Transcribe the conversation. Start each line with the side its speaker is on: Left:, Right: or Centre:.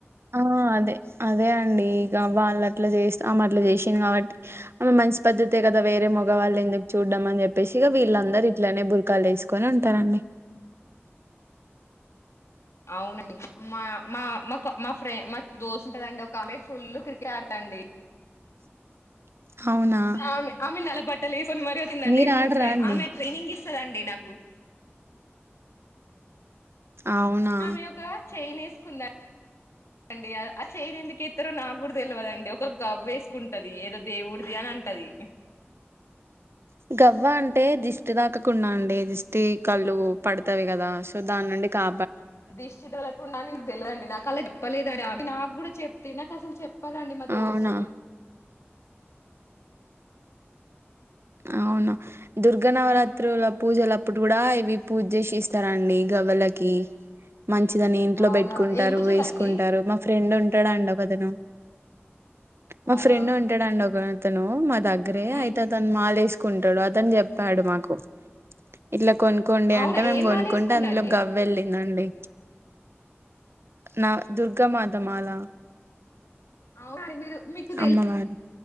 Right: ఆ అదే అండి ఇక వాళ్ళు అట్లా చేస్త ఆమె అట్లా చేసింది కాబట్టి ఆమె మంచి పద్ధతి కద వేరే మగవాళ్ళు ఎందుకు చూడ్డం అని చెప్పేసి ఇగ వీళ్ళందరూ ఇట్లనే బురకాలు వేసుకొని ఉంటారండి <inaudible>
Left: అవునండి మా మా మా మా ఫ్రెం మా దోస్తు ఉంటాదండి ఒక ఆమె ఫుల్ క్రికెట్ ఆడతా అండి
Right: <inaudible> అవునా
Left: ఆమె ఆమె నెలబట్టలు వేసుకొని మరి వచ్చిందండి
Right: మీరు
Left: ఫట్రే
Right: ఆడరా అండి
Left: ఆమె ట్రైనింగ్ ఇచ్చేదండి నాకు
Right: అవునా
Left: ఆమె ఒక చెయిన్ వేసుకుంద అండి ఆ చైన్ ఎందుకు ఎత్తారో నాకుడా తెలివదండి ఒక గవ్వ వేసుకుంటాది ఏదో దేవుడిది అని ఉంటది
Right: గవ్వ అంటే దిష్టి తాక కుండా అండి <unintelligible> టి కళ్ళు పడతాయి కదా సో దాని నుండి కా
Left: దిష్టితగలకుండానే నేను తెలండి నాకు అలా చెప్పలేదుని నాకు కూడా చెప్తే నాకు అసలు చెప్ <unintelligible> అండి మా దోస్తు
Right: అవునా అవును దుర్గ నవరాత్రుల పూజలు అప్పుడు కూడ ఇవి పూజ చేసి ఇస్తారండి గవ్వలకి మంచిదని ఇంట్లో
Left: అవునా
Right: పెట్టుకుంటారు
Left: ఏం పూజలండి
Right: వేసుకుంటారు మా ఫ్రెండ్ ఉంటాడండి ఒక అతను మా
Left: అవునా
Right: ఫ్రెండ్ ఉంటాడండి ఒ అతను మా దగ్గరే
Left: ఉమ్
Right: అయితే అతను మాలేసుకుంటాడు అతను చెప్పాడు మాకు ఇట్ల కొనుక్కోండి
Left: అవునా
Right: అంటే మేము
Left: ఏం
Right: కొనుక్కుంటే
Left: మాల వేసుకుండండి
Right: అందులో గవ్వ వెళ్ళిందండి నా దుర్గా మాత మాల
Left: అవు మీరు మీకు తెలు
Right: అమ్మవారి